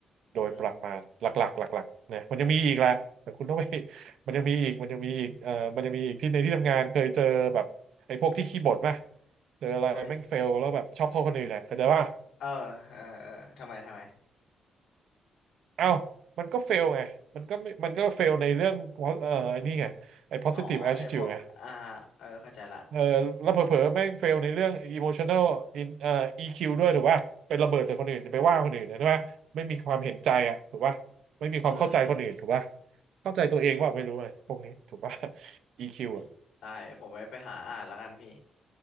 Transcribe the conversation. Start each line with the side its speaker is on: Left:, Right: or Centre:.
Right: โดยประมาณหลักๆหลักๆนะมันยังมีอีกละแต่คุณต้องไป
Left: อืม
Right: <laughs> มันยังมีอีกมันยังมีอีกเอ่อมันยังมีอีกที่ในที่ทำงานเคยเจอแบบไอ้พวกที่ขี้บ่นป่ะเจออะไรแม่งเฟลแล้วแบบชอบโทษคนอื่นนะเข้าใจว่า
Left: เว้ยเออเออเออทำไมทำไม
Right: เอ้ามันก็เฟลไงมันก็ไม่มันก็เฟลในเรื่องเอ่อไอ้นี่ไงไอ้ positive
Left: อ๋อไอ้พวกอ่า
Right: attitude ไง
Left: เออเข้าใจละ
Right: เออแล้วเผลอๆแม่งเฟลในเรื่อง emotional in เอ่อ EQ ด้วยถูกป่ะเป็นระเบิดใส่คนอื่นไปว่าคนอื่นนะใช่ป่ะไม่มีความเห็นใจอ่ะถูกป่ะไม่มีความเข้าใจคนอื่นถูกป่ะ
Left: อืมอืม
Right: เข้าใจตัวเองว่าไม่รู้อะไรพวกนี้ถูกป่ะ EQ
Left: เฮ้ยได้ผมไปไปหาอ่านแล้วกันพี่
Right: อ่ะ